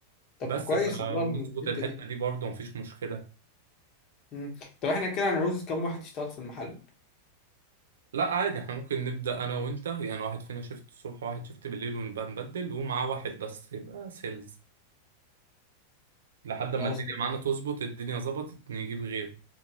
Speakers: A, on the left; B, on the right.
A: طب
B: بس
A: كويس
B: فنظبط
A: والله الحته
B: الحتة
A: دي
B: دي برضه مفيش مشكلة
A: امم طب احنا كده هنعوز كام واحد يشتغل في المحل
B: لا عادي احنا ممكن نبدأ انا وانت يعني واحد فينا شيفت الصبح وواحد شيفت بالليل ونبقى نبدل ومعاه واحد بس يبقى سيلز لحد
A: على
B: ما
A: وصل
B: الدنيا معانا تظبط الدنيا ظبطت نجيب غيره